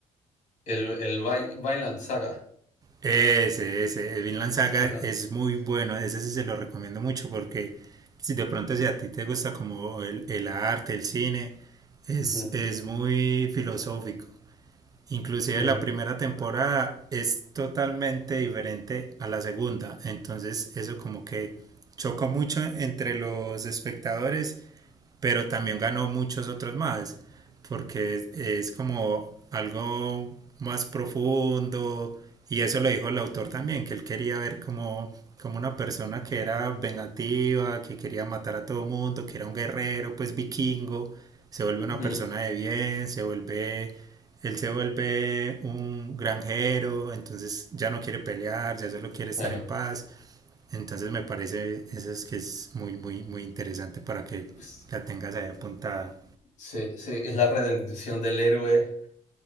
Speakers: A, on the left; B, on the right.
A: El el Vi Vinland Saga.
B: Ese, ese, el Vinland Saga
A: Ajá.
B: es muy
A: Sí.
B: bueno, ese sí se lo recomiendo mucho porque si de pronto si a ti te gusta como el, el arte, el cine, es,
A: Ujú,
B: es muy filosófico. Inclusive
A: ujú,
B: la primera temporada es totalmente diferente a la segunda, entonces eso como que chocó mucho entre los espectadores pero también ganó muchos otros más, porque es, es como algo más profundo y eso lo dijo el autor también, que él quería ver como, como una persona que era vengativa, que quería matar a todo mundo, que era un guerrero, pues vikingo, se vuelve una
A: ujú,
B: persona de bien, se vuelve él se vuelve un granjero, entonces ya no quiere pelear, ya solo quiere
A: claro.
B: estar en paz. Entonces me parece eso es que es muy, muy, muy interesante para que
A: S
B: la tengas ahí apuntada.
A: sí, sí, es la redención del héroe.